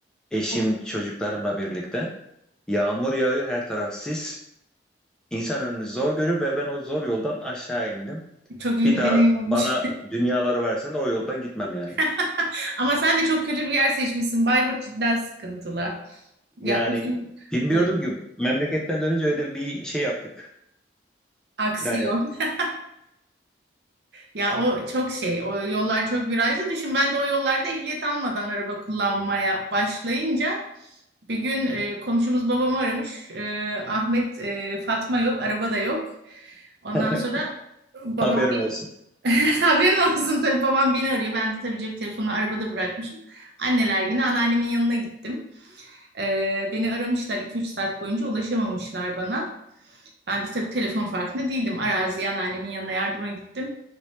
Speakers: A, in the centre; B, on the right.
A: Eşim
B: O
A: çocuklarımla birlikte. Yağmur yağıyor her taraf sis. İnsan önünü zor görür ve ben o zor yoldan aşağı indim.
B: çok iyi
A: Bir
B: bir
A: daha
B: deneyim olmuş.
A: bana dünyaları verseler o yoldan gitmem yani.
B: <laughs> Ama sen de çok kötü bir yer seçmişsin. Bayburt cidden sıkıntılı.
A: Yani
B: Ya uzun
A: bilmiyordum
B: e,
A: ki memleketten dönünce öyle bir şey yaptık.
B: aksiyon.
A: Plan yaptık.
B: <laughs> Ya o çok şey. O yollar çok virajlı. Düşün ben de o yollarda ehliyet almadan araba kullanmaya başlayınca bir gün e, komşumuz babamı aramış. E, Ahmet, e, Fatma yok, araba da yok. Ondan
A: <laughs>
B: sonra babam
A: Haberin olsun.
B: <laughs> Haberin olsun tabii babam beni arıyor. Ben de tabii cep telefonu arabada bırakmışım. Anneler günü anneannemin yanına gittim. Ee, beni aramışlar iki üç saat boyunca ulaşamamışlar bana. Ben de tabii telefon farkında değildim. Araziye anneannemin yanına yardıma gittim.